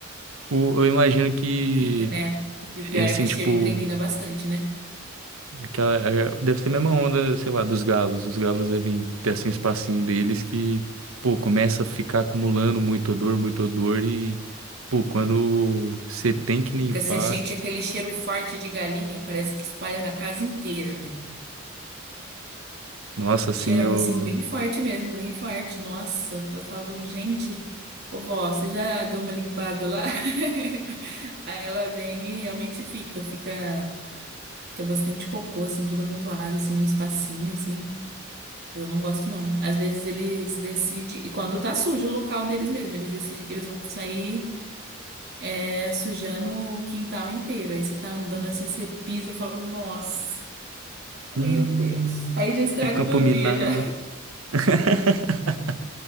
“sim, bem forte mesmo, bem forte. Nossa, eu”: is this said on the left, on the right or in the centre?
Right